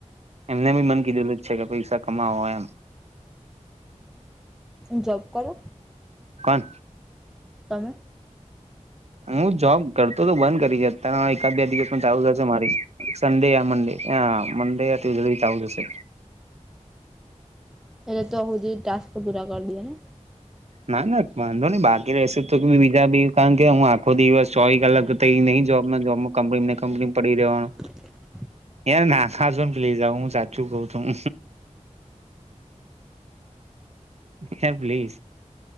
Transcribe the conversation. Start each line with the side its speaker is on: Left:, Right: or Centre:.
Right: એમને બી મન કીધેલું જ છે કે પૈસા કમાવોય એમ
Centre: જબ કરો.
Right: કોણ?
Centre: તમે.
Right: હું જોબ કરતો તો બંધ કરીતા એકાદ બે દિવસ પણ ચાલુ થશે મારી. સન્ડે યા મંડે મંડે ત જલ્ચ આવી જશે.
Centre: એલે તોહો જે ટાસ્ક પૂરા કરી દએ ને?
Right: ના ના વાંધો નહી બાકી રહેશે તો બીજા બી કારણ કે હું આખો દિવસ સોવી કલાક તો એંનં જોબના જોબમાં કંપનીને કંપની પડી રહેવાનો.
Centre: હ.
Right: યાર નાખા ને પલી જા હું સાચું કઉછ. હે પ્લીઝ.